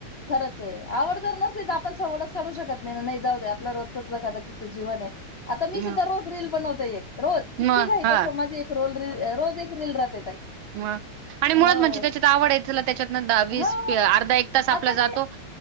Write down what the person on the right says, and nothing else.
म
मग
हां,
म आणि मुळात
म्हणजे त्याच्यात आवड आहे ला त्याच्यातन वीस
अर्धा एक तास आपला
जातो.